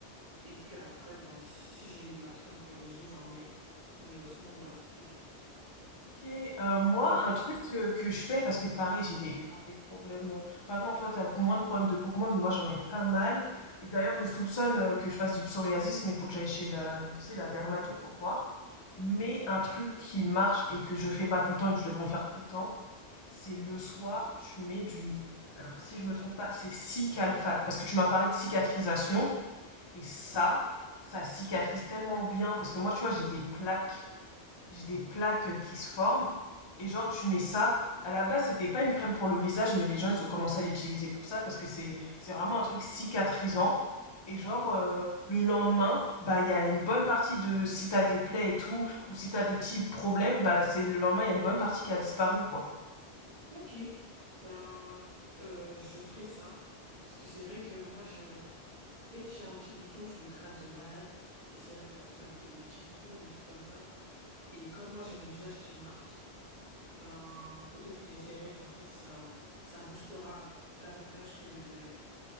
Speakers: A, on the right; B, on the left.
A: et puis après, ben, si j'ai de la crème pour les yeux, j'en mets. Mais euh, sinon, voilà, c'est tout.
B: OK, heu, moi,
A: Et toi?
B: un truc, heu, que je fais parce que pareil, j'ai des- grave des problèmes, heu enfin non, toi, t'as moins de problèmes de peau que moi, mais moi, j'en ai pas mal et d'ailleurs, je soupçonne, heu, que je fasse du psoriasis, mais il faut que j'aille chez la tu sais, la dermato pour voir. Mais un truc qui marche et que je fais pas tout le temps et que je devrais faire tout le temps, c'est le soir, tu mets du alors si je me trompe pas, c'est Cicalfate, parce que tu m'as parlé de cicatrisation et ça, ça cicatrise tellement bien parce que moi, tu vois, j'ai des plaques j'ai des plaques euh, qui se forment. Et genre, tu mets ça. À la base, c'était pas une crème pour le visage, mais les gens, ils ont commencé à l'utiliser pour ça parce que c'est c'est vraiment un truc cicatrisant. Et genre, euh, le lendemain, bah, il y a une bonne partie de si t'as des plaies et tout, ou si t'as des petits problèmes, bah, c'est le lendemain, il y a une bonne partie qui a disparu, quoi.
A: Ok, ben euh, je ferai ça parce que c'est vrai que moi je dès que j'ai un petit bouton je le gratte de malade et c'est vrai qu'après ça me fait des petits crocs des trucs comme ça et comme moi j'ai le visage qui marque ben peut-être que j'essaierai comme ça ça ça boostera davantage que le bio